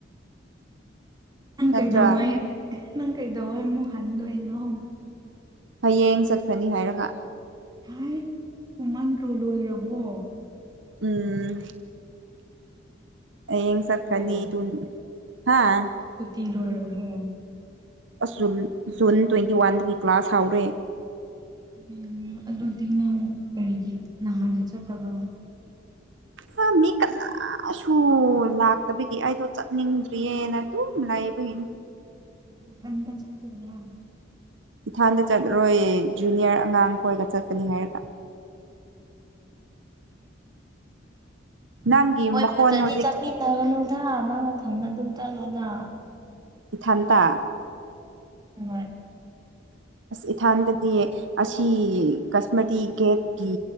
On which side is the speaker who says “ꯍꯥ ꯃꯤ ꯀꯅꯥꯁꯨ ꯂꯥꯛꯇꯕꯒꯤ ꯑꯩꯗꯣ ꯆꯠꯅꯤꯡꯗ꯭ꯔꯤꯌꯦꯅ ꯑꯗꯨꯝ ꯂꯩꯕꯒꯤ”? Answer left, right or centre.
Right